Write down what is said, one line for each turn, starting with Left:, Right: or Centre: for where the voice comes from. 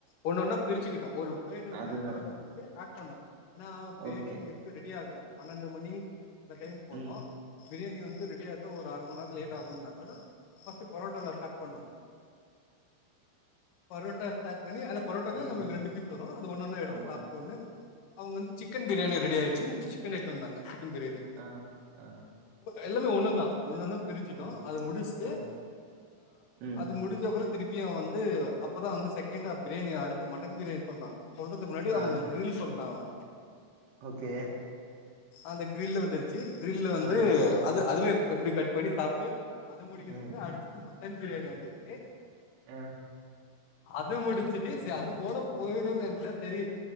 Left: ஒண்ணு ஒன்னா பிரிச்சுக்கிட்டோம் ஒரு ப்லேட்டு
Right: அதுதான்.
Left: பரோட்டா சொல்லி ஸ்டார்ட் பண்ணோம் ஆனா பேனி
Right: ஓகே.
Left: வந்து ரெடி ஆகல பன்னெண்டு மணி இந்த டைம்க்கு போனோம்
Right: ம்.
Left: பிரியாணி வந்து ரெடி ஆக ஒரு அர மணி நேரம் லேட் ஆகுன்னாங்க பஸ்ட் பரோட்டோலா ஸ்டார்ட் பண்ணோ பரோட்டா ஸ்டார்ட் பண்ணி அத பரோட்டானா
Right: ம்.
Left: நம்ளுக்கு ரெண்டு பீஸ் வரோ அது ஒண்ணுண்ணு எடுத்து
Right: ஆமா.
Left: சாப்ட்ட ஒன்னே அவுங்க வந்து சிக்கன் பிரியாணி ரெடி ஆயிச்சு சிக்கன் எடுத்துட்டு வந்தாங்க சிக்கன் பிரியாணி
Right: ஆ. ஆ.
Left: எல்லாமே ஒன்னு தா ஒன்னென்னா பிரிச்சிட்டோ
Right: ஆ.
Left: அத முடிச்சுட்டு
Right: ஆ. ம்.
Left: அது முடிச்சு திருப்பியு வந்து அப்பதா வந்து செகண் ஃப் பிரியாணி அடுத்து மட்டன் பிரியாணி சொன்னா சொல்றதுக்கு முன்னாடி அவுங்க
Right: ஆ.
Left: கிரில் சொல்லிட்டா அவே
Right: ஓகே
Left: அந்த கிரில்லு வந்துருக் க் கிரில் வந்து
Right: ஆ.
Left: அது அதுவே எப்டி கட் பண்ணி சாப்ட்டு அது முடிக்கறதுகுல்ல
Right: ம்.
Left: அடுத்து மட்டன் மட்டன் பிரியாணி வந்துடுச்சு
Right: ஆஹ
Left: அது முடிச்சிட்டு சேரி அது போட போயிடும்னு நெச்ச சேரி